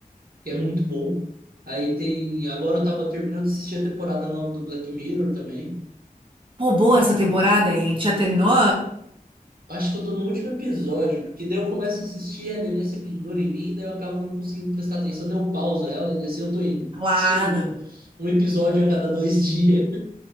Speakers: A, on the right; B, on the right.
A: que é muito bom. Aí tem... Agora eu tava terminando de assistir a temporada nova do Black Mirror também.
B: Pô, boa essa temporada, hein? Já terminou?
A: Acho que eu tô no último episódio, porque daí eu começo a assistir, a Nenê se pendura em mim, daí eu acabo não conseguindo prestar atenção, daí eu pauso ela e assim eu tô indo.
B: Claro.
A: Assistindo um episódio a cada dois dias.